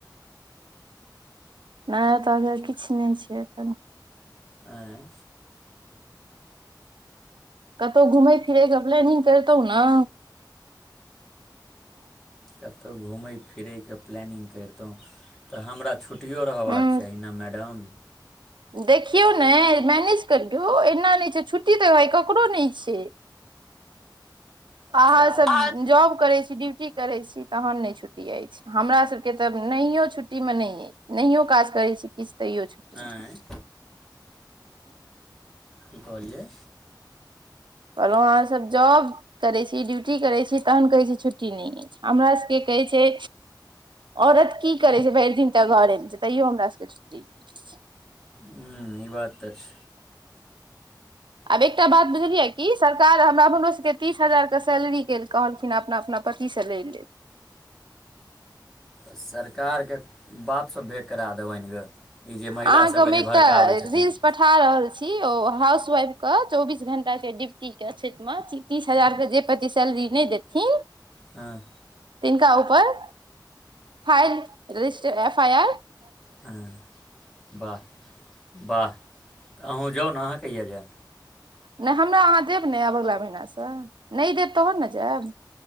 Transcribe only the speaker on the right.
नया ताजा किछु नहि छै एखन।
कतहु घुमै फिरैके प्लानिंग करतौ ने?
उं
देखियौ ने, मैनेज करियौ। एना नहि छै, छुट्टी तऽ भाय ककरो नहि छै। अहाँ
सभ जॉब करै छी, ड्यूटी। करै छी तऽ छुट्टी नहि छै, हमरा सबके तऽ नहियो छुट्टीमे नहि यै। नहियो काज करैत छी, किछु तैयो छुट्टी।
कहलहुँ अहाँसभ जाॅब। करै छी ड्यूटी, करै छी, तखन कहै छी छुट्टी नहि अछि, हमरा सभके कहै छै। औरत की करै छै भरि दिन तऽ घरे छै, तैयो हमरा सभके छुट्टी अछि।
आब एकटा बात बुझलियै की सरकार हमरा हमरो सभकेँ तीस हजारके सैलरी केल। कहलखिन, अपना अपना पतिसँ लै लेब।
अहाँके
हम
एकटा
रील्स पठा रहल छी, ओ हाउसवाइफके चौबीस घंटा के ड्यूटीके क्षेत्रमे छी। तीस हजारके जे प्रति सैलरी नहि देथिन।
तिनका ऊपर फाइल, रजिस्टर, एफआइआर।
नहि, हमरा अहाँ देब ने, आयब अगिला महिनासँ। नहि देब तऽ नहि जायब।